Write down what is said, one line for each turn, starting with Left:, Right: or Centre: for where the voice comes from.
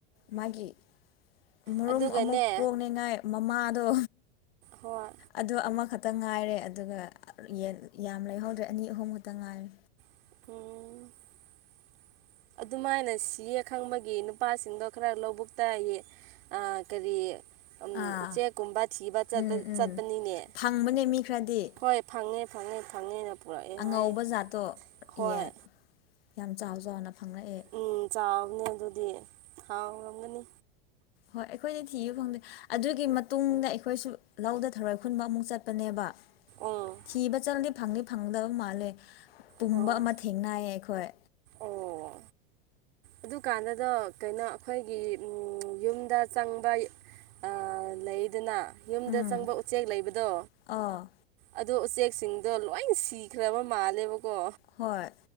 Left: ꯃꯥꯒꯤ ꯃꯔꯨꯝ
Right: ꯑꯗꯨꯒꯅꯦ
Left: ꯑꯃꯨꯛ ꯀꯣꯛꯅꯤꯉꯥꯏ ꯃꯃꯥꯗꯣ
Right: ꯍꯣꯏ
Left: ꯑꯗꯣ ꯑꯃꯈꯛꯇꯪ ꯉꯥꯏꯔꯦ ꯑꯗꯨꯒ ꯌꯦꯟ ꯌꯥꯝ ꯂꯩꯍꯧꯗ꯭ꯔꯦ ꯑꯅꯤ ꯑꯍꯨꯝ ꯈꯛꯇ ꯉꯥꯏꯔꯦ
Right: <inaudible> ꯑꯗꯨꯃꯥꯏꯅ ꯁꯤꯌꯦ ꯈꯪꯕꯒꯤ ꯅꯨꯄꯥꯁꯤꯡꯗꯣ ꯈꯔ ꯂꯧꯕꯨꯛꯇ ꯌꯦ ꯑꯥ ꯀꯔꯤ ꯎꯝ
Left: ꯑꯥ
Right: ꯎꯆꯦꯛꯀꯨꯝꯕ ꯊꯤꯕ ꯆꯠꯄ
Left: ꯎꯝ ꯎꯝ
Right: ꯆꯠꯄꯅꯤꯅꯦ
Left: ꯐꯪꯕꯅꯦ ꯃꯤ ꯈꯔꯗꯤ
Right: ꯍꯣꯏ ꯐꯪꯉꯦ ꯐꯪꯉꯦ ꯐꯪꯉꯦꯅ ꯄꯨꯔꯛꯑꯦ ꯍꯥꯏꯌꯦ
Left: ꯑꯉꯧꯕ ꯖꯥꯠꯇꯣ
Right: ꯍꯣꯏ
Left: ꯌꯦꯟ ꯌꯥꯝ ꯆꯥꯎ ꯆꯥꯎꯅ ꯐꯪꯔꯛꯑꯦ
Right: ꯎꯝ ꯆꯥꯎꯕꯅꯦ ꯑꯗꯨꯗꯤ ꯍꯥꯎꯔꯝꯒꯅꯤ
Left: ꯍꯣꯏ ꯑꯩꯈꯣꯏꯗꯤ ꯊꯤꯕ ꯐꯪꯗꯦ ꯑꯗꯨꯒꯤ ꯃꯇꯨꯡꯗ ꯑꯩꯈꯣꯏꯁꯨ ꯂꯧꯗ ꯊꯔꯣꯏ ꯈꯨꯟꯕ ꯑꯃꯨꯛ ꯆꯠꯄꯅꯦꯕ
Right: ꯎꯝ
Left: ꯊꯤꯕ ꯆꯠꯂꯗꯤ ꯐꯪꯗꯤ ꯐꯪꯒꯗꯕ ꯃꯥꯜꯂꯦ ꯄꯨꯝꯕ
Right: ꯍꯣꯏ
Left: ꯑꯃ ꯊꯦꯡꯅꯩꯌꯦ ꯑꯩꯈꯣꯏ
Right: ꯑꯣ ꯑꯗꯨꯀꯥꯟꯗꯗꯣ ꯀꯩꯅꯣ ꯑꯩꯈꯣꯏꯒꯤ ꯎꯝ ꯌꯨꯝꯗ ꯆꯪꯕ ꯑꯥ ꯂꯩꯗꯅ ꯌꯨꯝꯗ
Left: ꯎꯝ
Right: ꯆꯪꯕ ꯎꯆꯦꯛ ꯂꯩꯕꯗꯣ
Left: ꯑꯥ
Right: ꯑꯗꯣ ꯎꯆꯦꯛꯁꯤꯡꯗꯣ ꯂꯣꯏ ꯁꯤꯈ꯭ꯔꯕ ꯃꯥꯜꯂꯦꯕꯀꯣ
Left: ꯍꯣꯏ